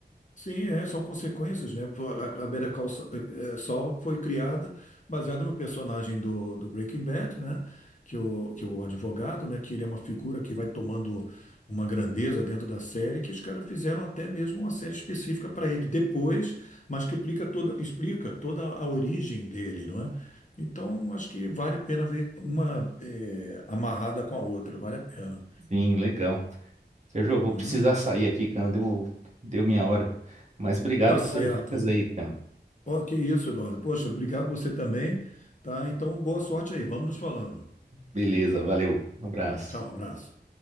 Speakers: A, on the left (about 45°); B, on the right (about 40°).
A: sim, é, são consequências, né? Pô, A, a Better Call Sa- eh, Saul foi criada baseada no personagem do, do Breaking Bad, né? Que o, que o advogado, né? Que ele é uma figura que vai tomando uma grandeza dentro da série, que os caras fizeram até mesmo uma série específica para ele depois, mas que explica toda, explica toda a origem dele, não é? Então, acho que vale a pena ver uma eh, amarrada com a outra, vale a pena,
B: Sim, legal. Sérgio, eu vou
A: né?
B: precisar sair aqui, cara. Deu, deu minha hora. Mas obrigado
A: Tá certo.
B: pelas dicas aí, cara.
A: Oh, que isso, Eduardo. Poxa, obrigado você também, tá? Então, boa sorte aí. Vamos nos falando.
B: Beleza, valeu. Um abraço.
A: Tchau, abraço.